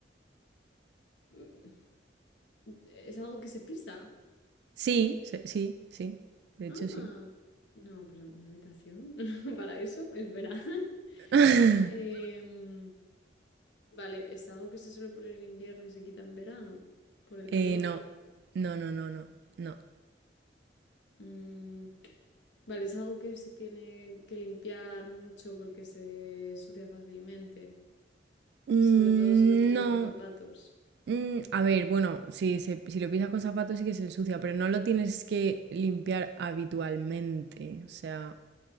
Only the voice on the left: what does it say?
mm, es algo que se pisa.
Ah,
no, pero una habitación <laughs> para eso, es verdad. <laughs>
Em, Vale, es algo que se suele poner en invierno y se quita en verano por el
calor.
Mm, vale, es algo que se tiene que limpiar mucho porque se sucia fácilmente,
sobre todo si lo pisas
con zapatos.
Mm.